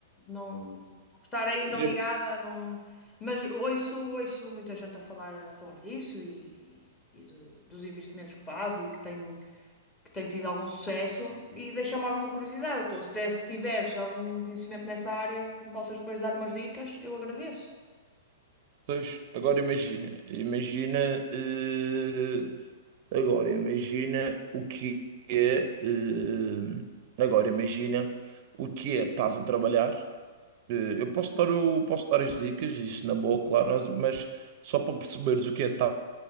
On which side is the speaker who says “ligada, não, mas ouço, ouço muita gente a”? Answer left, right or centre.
Left